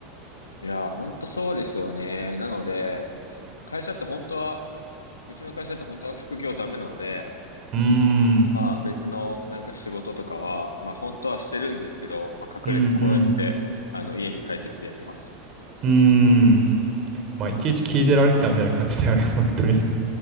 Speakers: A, on the left; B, on the right.
A: いやー、ほんとそうですよね。なので、会社って本当は、うちの会社って本当は副業ダメなので、
B: うーん、うん
A: まあ別のなんか仕事とかは、まあ本当はしてるんですけど、まあ隠れてこうやって、
B: うん、
A: あの家に帰ってきてやってます。
B: うーん。まあ、いちいち聞いてられっかみたいな感じだよね、本当に。